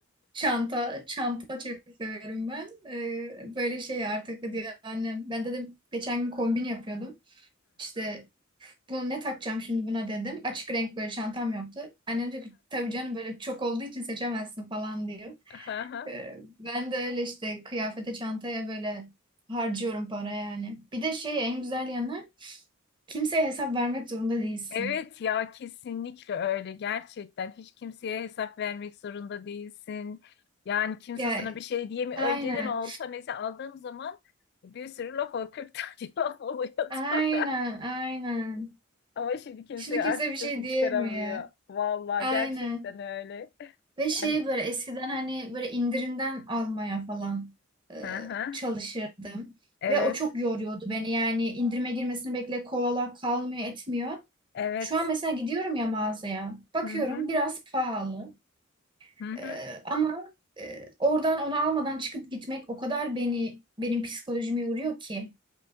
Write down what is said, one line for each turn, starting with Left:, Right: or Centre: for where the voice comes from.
Right: Çanta, çanta çok severim ben. Ee, böyle şey artık diyor annem. Ben dedim geçen gün kombin yapıyordum. İşte bunu ne takacağım şimdi buna dedim. Açık renk böyle çantam yoktu. Annem diyor ki tabii canım böyle çok olduğu için seçemezsin falan diyor.
Left: Valla.
Right: Ee,
Left: <laughs>
Right: ben de öyle işte kıyafete çantaya böyle harcıyorum para yani. Bir de şey en güzel yanı kimseye hesap vermek zorunda değilsin.
Left: Evet ya kesinlikle öyle gerçekten hiç kimseye hesap vermek zorunda değilsin. Yani kimse
Right: Ya
Left: sana bir şey diyemi
Right: aynen
Left: önceden olsa mesela aldığım zaman bir sürü laf oluyor 40 tane <laughs> laf oluyordu.
Right: aynen
Left: <laughs>
Right: aynen.
Left: Ama şimdi kimse
Right: Şimdi kimse
Left: artık
Right: bir
Left: sesini
Right: şey diyemiyor.
Left: çıkaramıyor. Vallahi
Right: Aynen.
Left: gerçekten öyle.
Right: Ve şey
Left: Yani
Right: böyle eskiden hani böyle indirimden almaya falan e,
Left: hı hı,
Right: çalışırdım.
Left: evet
Right: Ve o çok yoruyordu beni yani indirime girmesini bekle kovala kalmıyor etmiyor.
Left: evet
Right: Şu an mesela gidiyorum ya mağazaya bakıyorum
Left: hı hı,
Right: biraz pahalı
Left: hı hı,
Right: E, ama e, oradan onu almadan çıkıp gitmek o kadar beni benim psikolojimi yoruyor ki.